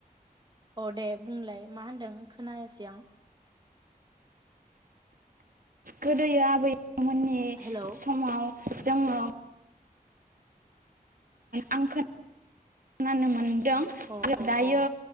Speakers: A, on the right; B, on the right.
A: अ दे बुंलाय मा होनदों खोनायासै आं
B: गोदोयो आबै बिथांमोननि
A: हेलौ
B: समाव जोङो आं खोननानो मोन दों
A: अ
B: दायो
A: अ